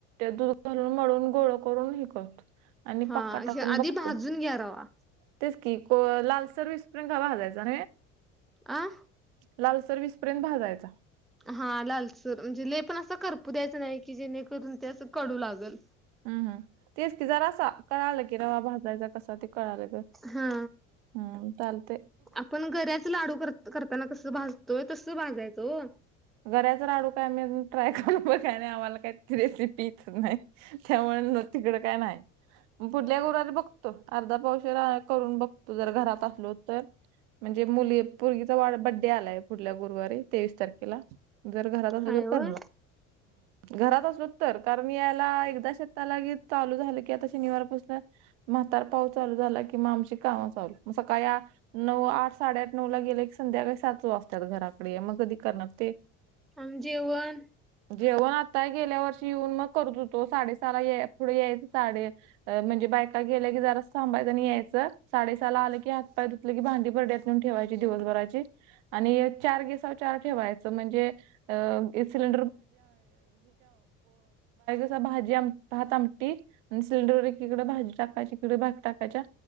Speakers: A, on the right; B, in the centre.
A: दूध घालून मळून गोळ करून शिकत आणि
B: हा
A: पाका टाकून
B: हे आधी
A: बघतो.
B: भाजून घ्या रवा
A: तेच की लालसर विस्प्रिंग काावा हजयचा
B: आं
A: लालसर वीसपर्यंत भाजायचा.
B: हा लालसूर म्हणजे ले पण असं करपू द्यायचं नाही की जेणेकरून त्या कडू लागल.
A: हम्म हम तेचतीिजार असा. कळालं की रवा भाजरायचा कसा ते कळालं ग
B: हा
A: हम् चालते.
B: आपण गऱ्याच लाडू करताना कसं भाजतोय तस भाजायचो.
A: गऱ्याच राडू काय आम्ही ट्राय करून बघा नाही आम्हाला काही रेसिपी इच नाही. त्यामुळे तिकडं काय नाही. पुढल्या गोरारी बघतो अर्धा पावश करून बघतो जर घरात असलो तर म्हणजे मुली मुलगीचा बड्डे आलाय पुढल्या गुरुवारी तेवीस तारखेला जर घरात असल
B: हाय
A: तर
B: होय.
A: करण घरात असलो तर कारण याला शेताला चालू झालं क आता शनिवार पाासून म्हातार पाऊस चालू झाला क किंवा आमची कामं चाली मग सकाळ नऊ आठ साडेआठ नऊ ला गेले की संध्याकाळी सातच वाजतात घराकडे मग कधी करणार ते
B: आम जेवण
A: जेवण आता गेल्या वर्षी येऊन मग करत होतो साडे सारा पुढे यायच साडे म्हणजे बायका गेल्या की जराच थांबायचं नाही यायचं साडेसहाला आलं की आ त की भांदीी पड्यातून ठेवायची दिवसभराची आणि चार गिसाव चार ठेवायच. म्हणज सर भा हात आमटी आणि सिलेंर एककडे भाजी टाकायच्या इकडे भाात टाकायच्या